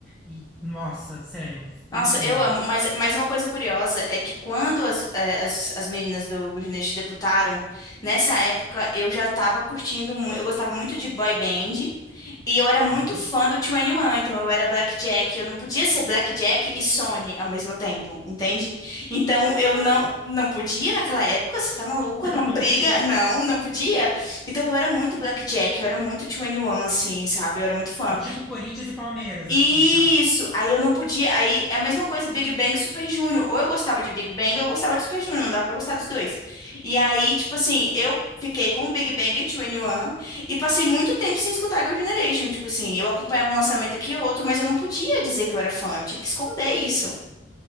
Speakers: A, in the centre; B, on the left.
A: E, nossa, sério,
B: Nossa,
A: foi incrível.
B: eu amo. Mas, mas uma coisa curiosa é que quando as, eh, as, as meninas do Gurnet debutaram, nessa época eu já tava curtindo muito, eu gostava muito de boy band. E eu era muito
A: Hã?
B: fã do 2NE1, então eu era Blackjack. Eu não podia ser Blackjack e Sony ao mesmo tempo, entende? Então
A: Por
B: eu
A: que não?
B: não não podia naquela época, você tá maluco?
A: <laughs>
B: Era uma
A: Não
B: briga.
A: podia.
B: Não, não podia. Então eu era muito Blackjack, eu era muito 2NE1, assim, sabe? Eu era muito fã.
A: É tipo Corinthians e Palmeiras,
B: Isso,
A: assim, então.
B: aí eu não podia. Aí é a mesma coisa, Big Bang e Super Junior. Ou eu gostava de Big Bang ou eu gostava de Super Junior, não dava pra gostar dos dois. E aí, tipo assim, eu fiquei com Big Bang e 2NE1 e passei muito tempo sem escutar Girl Generation. Tipo assim, eu acompanhava um lançamento aqui e outro, mas eu não podia dizer que eu era fã, eu tinha que esconder isso.